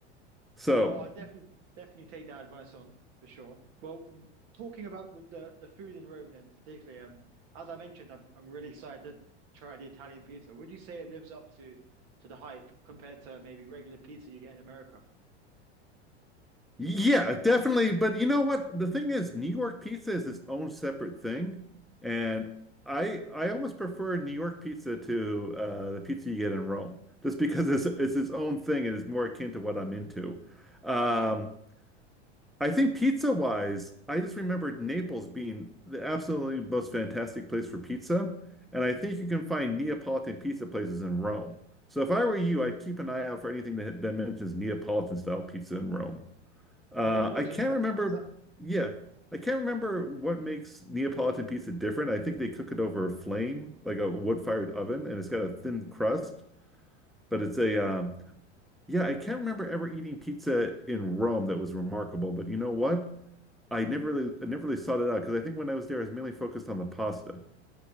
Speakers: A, in the centre; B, on the right.
A: So,
B: well, I'll definitely definitely take that advice on for sure. Well, talking about the the, the food in Rome then particularly, um, as I mentioned, I'm I'm really excited to try the Italian pizza. Would you say it lives up to to the hype compared to maybe regular pizza you get in America?
A: yeah, definitely. But you know what? The thing is, New York pizza is its own separate thing, and I I almost prefer New York pizza to uh, the pizza you get in Rome, just because it's it's its own thing and it's more akin to what I'm into. Um, I think pizza wise, I just remembered Naples being the absolutely most fantastic place for pizza, and I think you can find Neapolitan pizza places in Rome. So if I were you, I'd keep an eye out for anything that, that mentions Neapolitan style pizza in Rome. Uh,
B: Neapolitan,
A: I can't
B: does that
A: remember.
B: does that
A: Yeah, I can't remember what makes Neapolitan pizza different. I think they cook it over a flame, like a wood-fired oven, and it's got a thin crust. But it's a uh, yeah. I can't remember ever eating pizza in Rome that was remarkable. But you know what? I never really, I never really sought it out because I think when I was there, I was mainly focused on the pasta.